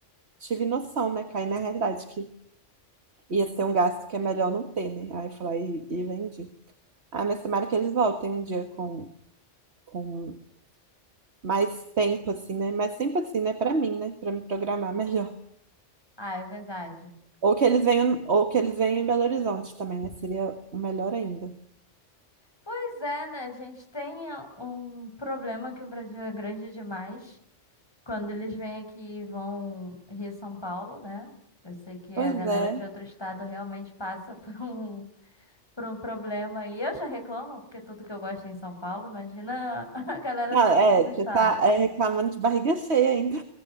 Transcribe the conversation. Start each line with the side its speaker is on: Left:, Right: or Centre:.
Right: tive noção, né? Caí na realidade que ia ser um gasto que é melhor não ter, né? Aí eu falei, e, e vendi. Ah, mas tomara que eles voltem um dia com, com mais tempo, assim, né? Mais tempo assim, né? Pra mim, né? Pra me programar melhor.
Left: Ah, é verdade.
Right: Ou que eles venham, ou que eles venham em Belo Horizonte também, né? Seria o melhor ainda.
Left: Pois é, né? A gente tem eh, um problema que o Brasil é grande demais. Quando eles vêm aqui e vão Rio São Paulo, né? Eu sei que
Right: Pois
Left: a galera
Right: é.
Left: de outro estado realmente passa <laughs> por um, por um problema. E eu já reclamo, porque tudo que eu gosto é em São Paulo, imagina <laughs> a galera
Right: Ah,
Left: dos
Right: é,
Left: outros estados.
Right: você tá é, reclamando de barriga cheia ainda.